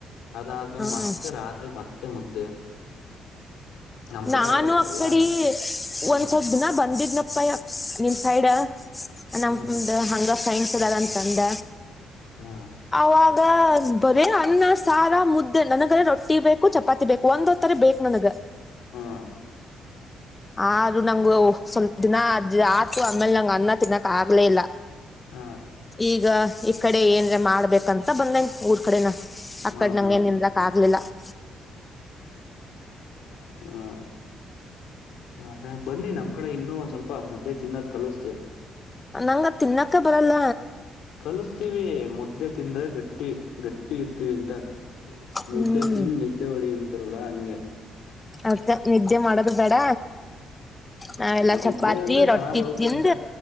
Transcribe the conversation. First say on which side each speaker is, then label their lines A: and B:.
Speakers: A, on the left (about 80°); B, on the left (about 20°).
A: ಅದಾದ್ಮೇಲೆ ಮತ್ತೆ
B: ಹ
A: ರಾತ್ರಿ ಮತ್ತೆ ಮುದ್ದೆ. ನಮ್ಮ ಕಡೆ
B: ನಾನು ಅಕ್ಕಡಿ
A: ಎಲ್ಲ
B: ಒಂದ
A: ಹಾಂ
B: ಸ್ವಲ್ಪ ದಿನ ಬಂದಿದ್ನಪ್ಪಯ್ಯ. ನಿಮ್ ಸೈಡ್ ನಮ
A: ಹಾಂ
B: ಹಂಗ ಫ್ರೆಂಡ್ಸ್ ಎದಾರಂತ ಅಂದ.
A: ಹಾ
B: ಅವಾಗ ಬರೀ ಅನ್ನ, ಸಾರ, ಮುದ್ದೆ, ನನಗರೆ ರೊಟ್ಟಿ ಬೇಕು ಚಪತಿ ಚಪಾತಿ ಬೇಕು ಒಂದ ಹೊತ್ತುರೇ ಬೇಕ ನನಗ
A: ಹಾಂ
B: ಆದ್ರೂ ನಂಗು ಸ್ವಲ್ಪ ದಿನ ಆತು ಆಮೇಲೆ ನಂಗ ಅನ್ನ ತಿನ್ನಕ್ ಆಗ್ಲೇ ಇಲ್ಲ
A: ಹಾಂ
B: ಈಗ ಈ ಕಡೆ ಏನ್ರಿ ಮಾಡ್ಬೇಕಂತ ಬಂದನ್ ಊರ್ ಕಡೆನ ಅಕ್ಕಡ್
A: ಹಾಂ
B: ನಂಗೆ
A: ಹಾಂ
B: ಏನ್ ನಿನ್ಲಕ್ ಆಗ್ಲಿಲ್ಲ. <inaudible>
A: ಹ್ಮ. ಅ ಬನ್ನಿ ನಮ್ಮ ಕಡೆ ಇನ್ನೂ ಒಂದು ಸ್ವಲ್ಪ ಮುದ್ದೆ ತಿನ್ನೋದು ಕಲಿಸ್ತಿವಿ.
B: ನಂಗ ತಿನ್ನಕ್ಕ ಬರಲ್ಲ.
A: ಕಲಸ್ತೀವಿ ಮುದ್ದೆ ತಿಂದ್ರೆ ಗಟ್ಟಿ ಗಟ್ಟಿ ಇರ್ತೀವಿ ಅಂತ.
B: ಹ್ಮ್
A: ಮುದ್ದೆ ತಿಂದು ನಿದ್ದವಡಿಯಂತರಲ್ಲ ಅಂಗೇ
B: ಅದ ನಿದ್ದೆ ಮಾಡದು ಬೇಡ ನಾವೆಲ್ಲ
A: ಅಂದ್ರೆ ಅದು
B: ಚಪಾತಿ
A: ಇದ್ದೇ ಅಂದ್ರೆ
B: ರೊಟ್ಟಿ
A: ಚೆನ್ನಾಗ್ ಬರುತ್ತೆ
B: ತಿಂದ
A: ಅಂತ